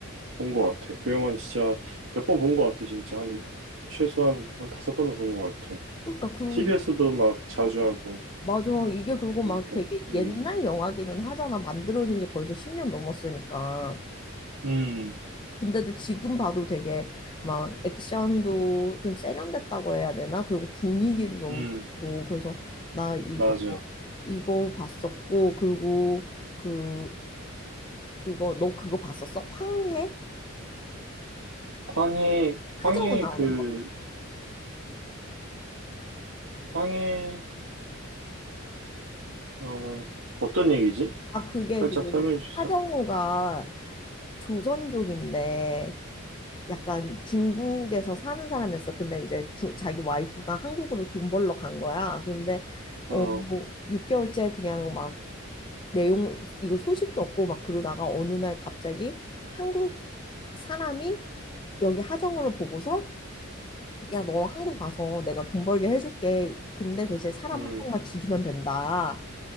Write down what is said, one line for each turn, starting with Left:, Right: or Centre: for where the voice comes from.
Right: 본 것 같아. 그 영화는 진짜 몇 번 본 것 같아. 진짜 한 최소한 한 다섯 번은 본 것 같아.
Left: 그러니까 그리고
Right: t
Left: 이-
Right: 비에서도 막 자주 하고
Left: 맞아 이게 그리고
Right: 그러니까
Left: 막 되게
Right: 음,
Left: 옛날 영화기는 하잖아 만들어진 지 벌써 10년 넘었으니까
Right: 음,
Left: 근데도 지금 봐도 되게 막 액션도 좀 세련됐다고 해야 되나 그리고 분위기도 너무
Right: 음,
Left: 좋고 그래서 나 이거
Right: 맞아.
Left: 이거 봤었고 그리고 그 그거 너 그거 봤었어? 황해?
Right: 황해 황해
Left: 하정우 나오는
Right: 그
Left: 거.
Right: 황해 하는 어떤 얘기지?
Left: 아 그게
Right: 살짝
Left: 그
Right: 설명해 줄
Left: 하정우가
Right: 수 있어?
Left: 조선족인데 약간 중국에서 사는 사람이었어. 근데 이제 주- 자기 와이프가 한국으로 돈 벌러 간 거야. 근데
Right: 어,
Left: 어 6개월째 그냥 막 내용 이거 소식도 없고 막 그러다가 어느 날 갑자기 한국 사람이 여기 하정우를 보고서 야, 너 한국 가서 내가 돈 벌게 해줄게. 근데 대신 사람
Right: 음,
Left: 한 명만 죽이면 된다.